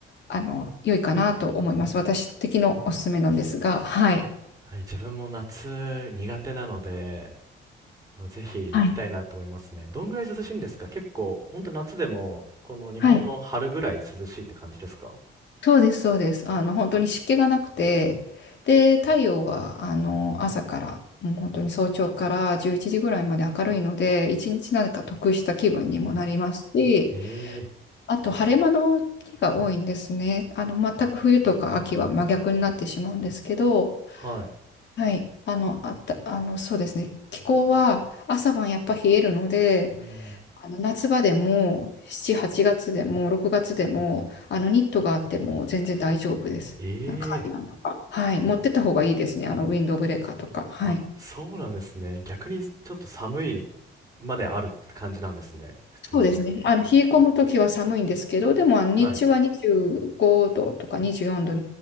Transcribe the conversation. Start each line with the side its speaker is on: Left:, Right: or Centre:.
Left: あの、良いかなと思います。私的のおすすめなんですが、はい。
Right: はい、自分も夏苦手なので、ぜひ行きたいなと思いますね。
Left: はい。
Right: どんぐらい涼しいんですか結構、ほんと夏でも、この日本の春ぐらい涼しいって感じですか
Left: はい。そうです、そうです。あの、本当に湿気がなくて、で、太陽は、あの、朝から、もう本当に早朝から11時ぐらいまで明るいので、一日なんか得した気分にもなりますし、
Right: ええ
Left: あと、晴れ間の日が多いんですね。あの、全く冬とか秋は真逆になってしまうんですけど、
Right: はい。
Left: はい。あの、あった、あの、そうですね。気候は朝晩やっぱ冷えるので、
Right: うん。
Left: あの夏場でも7、8月でも6月でも、あのニットがあっても全然大丈夫です。
Right: ええ
Left: あのカーディガンとか。はい。持ってった方がいいですね。あのウィンドブレーカーとか。はい。
Right: あ、そうなんですね。逆にちょっと寒いまである感じなんですね。普通に。
Left: そうですね。あの、冷え込むときは寒いんですけど、でもあの日中は25度とか24度、
Right: はい。